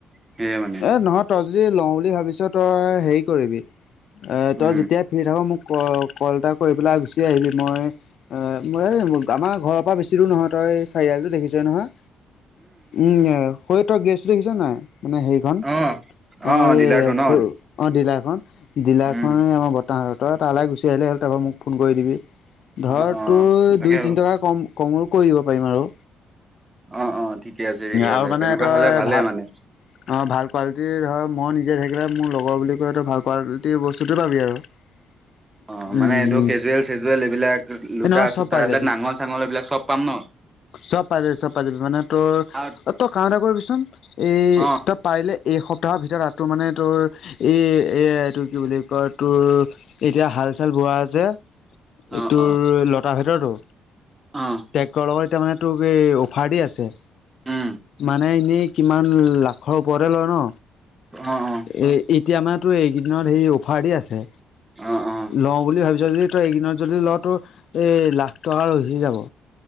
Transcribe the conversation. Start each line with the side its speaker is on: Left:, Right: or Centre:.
Right: সেয়াই মানে।
Left: এ নহয় তই যদি লওঁ বুলি ভাবিছ তই হেৰি কৰিবি, এ
Right: উম
Left: তই যেতিয়া <unintelligible> থাকো মোক ক-কল এটা কৰি পেলাই গুচি আহিবি মই অ', মই এই আমাৰ ঘৰৰ পৰা বেচি দূৰ নহয় তই চাৰিআলিটো দেখিছই নহয়। উম, হয় তই গেছটো দেখিছ নাই। মানে হেৰিখন
Right: অ
Left: অ',
Right: ডিলাৰটো
Left: এই
Right: ন
Left: সৰু অ', ডিলাৰখন, ডিলাৰখন
Right: উম
Left: আমাৰ ব তাহাঁতৰ তালে গুচি আহিলে হ'ল তাৰপৰা মোক ফোন কৰি দিবি, ধৰ
Right: অ অ
Left: তোৰ
Right: তাকে
Left: দুই তিনি টকা কম কমো কৰিব পাৰিম আৰু।
Right: অ', অ', ঠিকে আছে, ঠিকে
Left: আৰু
Right: আছে,
Left: মানে
Right: তেনেকুৱা
Left: তই
Right: হ'লে ভালে
Left: ভাল
Right: মানে।
Left: অ', ভাল কোৱালিটিৰ ধৰ মই নিজে থাকিলে মোৰ লগৰ বুলি কয়টো ভাল কোৱালিটিৰ বস্তুটো পাবি আৰু। <unintelligible>
Right: অ',
Left: উম
Right: মানে এইটো কেজুৱেল চেজুৱেল এইবিলাক লোটা
Left: এই নহয় চব
Right: চোতা
Left: পাই
Right: এইলাক
Left: যাবি
Right: নাঙল চাঙল এইবিলাক চব পাম ন।
Left: চব পাই যাবি, চব পাই যাবি, মানে তোৰ
Right: আৰু
Left: অ', তই কাম এটা কৰিবিচোন এ
Right: অ
Left: তই পাৰিলে এই সপ্তাহৰ ভিতৰত <unintelligible> মানে তোৰ এই এ এইটোৰ কি বুলি কয় তোৰ এতিয়া হাল চাল বোৱা যে,
Right: অ
Left: এইটোৰ
Right: অ
Left: লতাৰ ভিতৰটো
Right: অ'।
Left: ট্ৰেক্টৰৰ লগত এতিয়া মানে তোক এ অফাৰ দি আছে।
Right: উম
Left: মানে এনেই কিমান লাখৰ ওপৰতে লয় ন।
Right: অ', অ'।
Left: এ এতিয়া মানে তোৰ এইকেইদিনত হেৰি অফাৰ দি আছে,
Right: অ', অ',
Left: লওঁ বুলি ভাবি জল্দি তই এইকিদিনত যদি লওঁ তোৰ এ লাখ টকা ৰখি যাব।